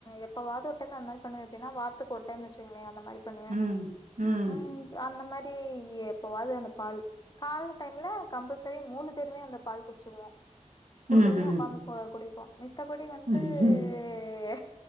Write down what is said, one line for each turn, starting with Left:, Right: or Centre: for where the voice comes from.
Left: எப்பாவது ஒரு டைம் அந்தமாரி எப்படினா வாரத்துக்கு ஒரு டைம் வச்சங்களன் அந்தமாரி மாரி பண்ணுவேன்
Right: ம் ம்
Left: உம் அந்த மாரி பே எப்பவாது அந்த பால் கால டைம்ல கம்பல்சரி மூணு பேருமே அந்த பால் குடிச்சிருவோம் குடும்பமே
Right: ம் ம்
Left: உக்காந்து கு குடிப்போம் மித்தபடி வந்து
Right: ம்
Left: ஏ